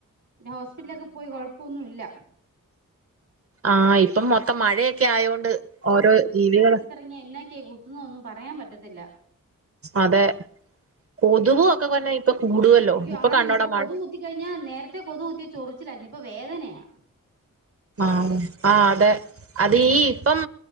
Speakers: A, on the right; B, on the right.
A: പിന്നെ ഹോസ്പിറ്റലിലൊക്കെ പോയി കുഴപ്പമൊന്നുല്ല
B: ആഹ് ഇപ്പം മൊത്തം മഴയക്കെ ആയൊണ്ട് ഓരോ ജീവികള്
A: ഇനിഎന്നാക്കെ കുത്തുന്നൊന്നും പറയാൻ പറ്റത്തില്ല
B: അതെ കൊതുവ
A: ഉം
B: ക്കെ കൊന്നെ ഇപ്പൊ കൂടുവല്ലോ
A: അയ്യോ
B: ഇപ്പൊ
A: ആണെന്ന്
B: കണ്ടോട മഴ
A: കൊതു കുത്തി കഴിഞ്ഞാൽ നേരത്തെ കൊതു കുത്തിയ ചൊറിച്ചിലായിരുന്നു ഇപ്പൊ വേദനയാ
B: ആണ് ആഹ് അതെ അത് ഈ ഇപ്പം